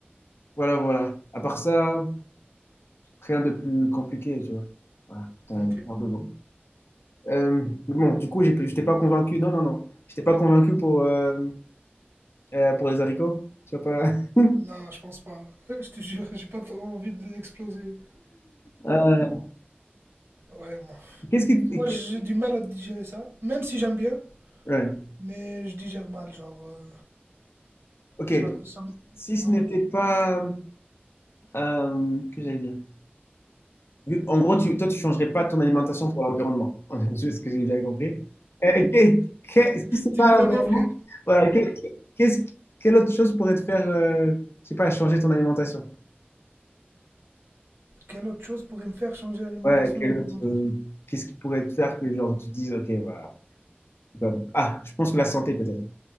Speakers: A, on the left (about 80°); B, on the right (about 80°).
A: voilà, voilà. À part ça, rien de plus compliqué, tu vois. Voilà, putain,
B: ok.
A: il parle de bon. Euh, bon, du coup, j'ai- je t'ai pas convaincu. Non, non, non. Je t'ai pas convaincu pour, euh, euh, pour les haricots. Tu vois pas. <laughs>
B: Non, je pense pas. <laughs> Je te jure, j'ai pas trop envie de l'exploser.
A: Euh,
B: Ouais, moi,
A: Qu'est-ce qui.
B: Moi,
A: qu'est-ce-
B: j'ai du mal à digérer ça, même si j'aime bien,
A: Ouais.
B: mais je digère mal, genre. euh,
A: Ok.
B: ça, ça me-
A: si ce
B: ouais.
A: n'était pas. euh, que j'allais dire? En gros, tu- toi, tu changerais pas ton alimentation pour l'environnement. <laughs> C'est ce que j'ai bien compris. Euh, et que- que- si c'est
B: Tu
A: pas
B: me connais,
A: l'environnement,
B: frère.
A: voilà, que- que- qu'est-ce, quelle autre chose pourrait te faire, euh, je sais pas, changer ton alimentation?
B: Quelle autre chose pourrait me faire changer l'alimentation,
A: Ouais, quel
B: mon alimentation?
A: autre, euh, qu'est-ce qui pourrait te faire que genre, tu te dises, ok, voilà. c'est comme- Ah, je pense que la santé peut-être.